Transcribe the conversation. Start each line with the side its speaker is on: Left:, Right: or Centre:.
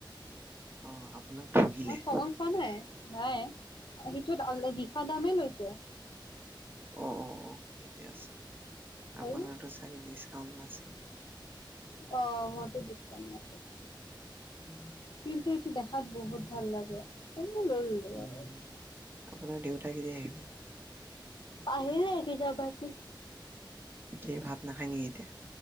Right: অ' আপোনাক। ঠগিলে
Left: মই ঠগন খোৱা নাই। মই সেইটোত অলৰেডী। খাদামেই লৈছে।
Right: অ' অ' অ ঠিকে আছে।
Left: তই
Right: আপোনাৰতো চাগে ডিচকাউন্ট নাছিল।
Left: অ মোৰতো ডিছকাউণ্ট নাছিল
Right: উম
Left: কিন্তু দেখাত বহুত ভাল লাগে অ <unintelligible>
Right: উম, আপোনাৰ দেউতা কেতিয়া আহিব
Left: আহিল <unintelligible>
Right: সি ভাত নাখায় নেকি এতিয়া